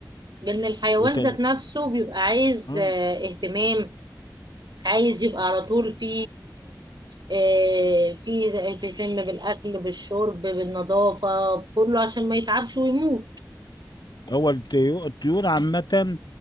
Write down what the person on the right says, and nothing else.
لان الحيوان
ذات نفسه بيبقى عايز
آه، اهتمام عايز يبقى على طول في آه، في تهتم بالأكل بالشرب بالنظافة بكله عشان ما يتعبش ويموت